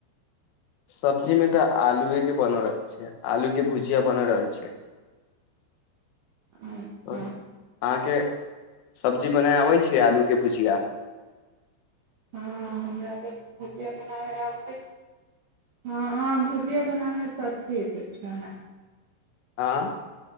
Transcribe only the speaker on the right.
अच्छा
हँ हमरा तऽ भुजिए बनाबै आबै हँ हँ भुजिए बनाबैसँ अथी किछो नहि